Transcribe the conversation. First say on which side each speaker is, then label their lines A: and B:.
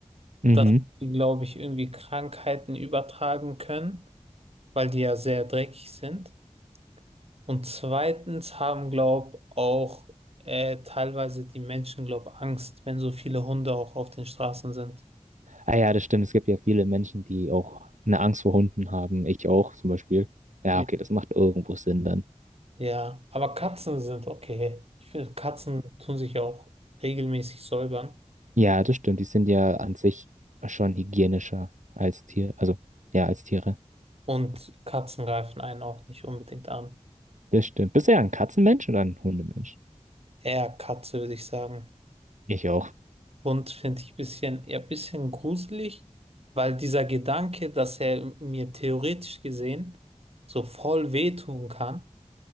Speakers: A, on the right (about 80°); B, on the right (about 55°).
A: Mhm.
B: dass die, glaube ich, irgendwie Krankheiten übertragen können, weil die ja sehr dreckig sind. Und zweitens haben, glaub, auch äh, teilweise die Menschen, glaub, Angst, wenn so viele Hunde auch auf den Straßen sind.
A: Ah ja, das stimmt. Es gibt ja viele Menschen, die auch eine Angst vor Hunden haben. Ich auch zum Beispiel. Ja,
B: Ja,
A: okay, das macht irgendwo Sinn dann.
B: Ja, aber Katzen sind okay. Ich finde, Katzen tun sich ja auch regelmäßig säubern
A: Ja, das stimmt. Die sind ja an sich schon hygienischer als Tier, also ja, als Tiere.
B: und Katzen greifen einen auch nicht unbedingt an.
A: Das stimmt. Bist du ja ein Katzenmensch oder ein Hundemensch?
B: Eher Katze, würde ich sagen.
A: Ich auch.
B: Hund finde ich bisschen, eher ein bisschen gruselig, weil dieser Gedanke, dass er mir theoretisch gesehen so voll wehtun kann,